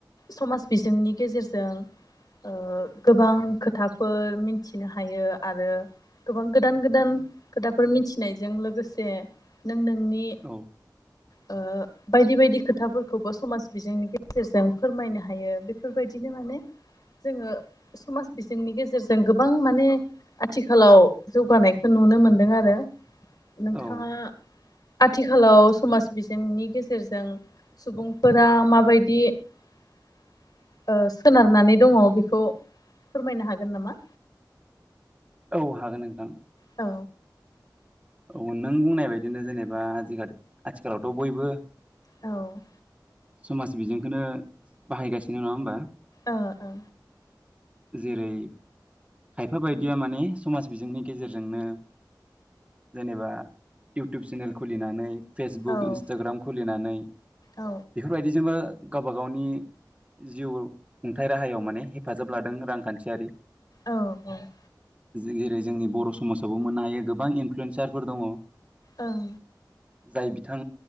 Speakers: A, on the left; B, on the right.
A: समाज बिजोंनि गेजेरजों ओ गोबां खोथाफोर मिथिनो हायो आरो गोबां गोद गोदान गोदान खोथाफोर मिथिनायजों लोगोसे नों नों नि
B: औ
A: ओ बायदि बायदि खोथाफोरखौबो समाज बिजोंनि गेजेरजों फोरमायनो हायो। बेफोरबायदिनो माने जोङो समाज बिजोंनि गेजेरजों गोबां माने आथिखालाव जौगानायखौ नुनो मोनदों आरो। नोंथाङा
B: औ
A: आथिखालाव समाज बिजोंनि गेजेरजों सुबुंफोरा माबायदि ओ सोनारनानै दङ' बेखौ फोरमायनो हागोन नामा?
B: औ हागोन नोंथां।
A: औ।
B: औ नों बुंनाय बायदिनो जेनेबा आजिखालि आथिखालावथ' बयबो
A: औ
B: समाज बिजोंखोनो बाहायगासिनो नङा होमबा?
A: ओ ओ।
B: जेरै खायफा बायदिया माने समाज बिजोंनि गेजेरजोंनो जेनेबा इउटुब चेनेल खुलिनानै फेसबुक
A: ओ औ
B: इन्सटाग्राम खुलिनानै <inaudible>
A: औ
B: बेफोरबायदिजोंबो गावबा गावनि जिउ खुंथाइ राहायाव माने हेफाजाब लादों रांखान्थियारि
A: औ औ औ।
B: जेरै जोंनि बर' समाज खौबो मोननो हायो गोबां इनफ्लुयेन्स सारफोर दङ।
A: ओं।
B: जाय बिथां